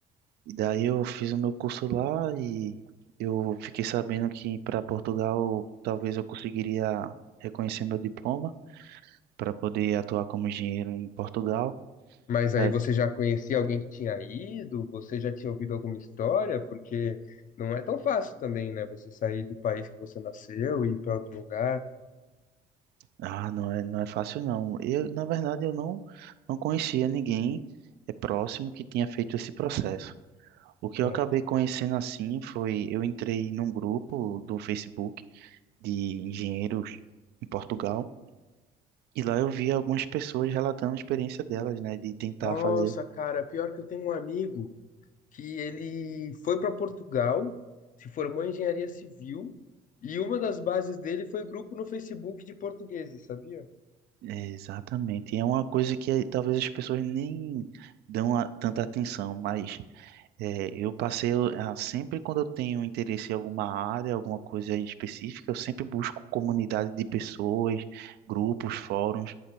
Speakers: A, on the right; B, on the left.
A: E daí eu fiz o meu curso lá e eu fiquei sabendo que para Portugal talvez eu conseguiria reconhecer meu diploma para poder atuar como engenheiro em Portugal.
B: Mas
A: Daí-
B: aí você já conhecia alguém que tinha ido? Você já tinha ouvido alguma história? Porque não é tão fácil também, né? Você sair do país que você nasceu e ir para outro lugar.
A: Ah, não é, não é fácil não. Eu, na verdade, eu não, não conhecia ninguém é próximo que tinha feito esse processo. O que
B: Certo.
A: eu acabei conhecendo assim foi eu entrei num grupo do Facebook de engenheiros em Portugal e lá eu vi algumas pessoas relatando a experiência delas, né, de tentar
B: Nossa,
A: fazer
B: cara, pior que eu tenho um amigo que ele foi para Portugal, se formou em engenharia civil e uma das bases dele foi grupo no Facebook de portugueses, sabia?
A: É, Exatamente. E é uma coisa que eh, talvez as pessoas nem dão a- tanta atenção, mas eh, eu passei a- sempre quando eu tenho interesse em alguma área, alguma coisa específica, eu sempre busco comunidade de pessoas, grupos, fóruns,